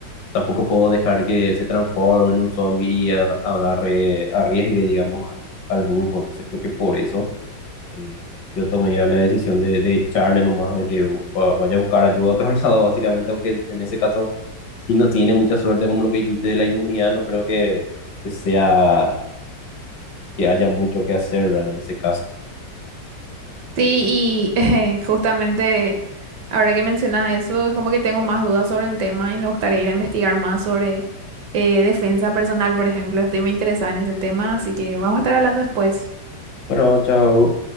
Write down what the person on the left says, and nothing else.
tampoco puedo dejar que se transforme en un zombie y a- agarre, arriesgue, digamos, al al grupo. Entonces creo que por eso eh, yo tomé ya la decisión de, de echarle nomás, de que va- vaya a buscar ayuda a otro <laughs> lado, básicamente, aunque en ese caso, si no tiene mucha suerte, como lo que dijiste de la inmunidad, no creo que, que sea, que haya mucho que hacer en ese caso.
Bueno, chao.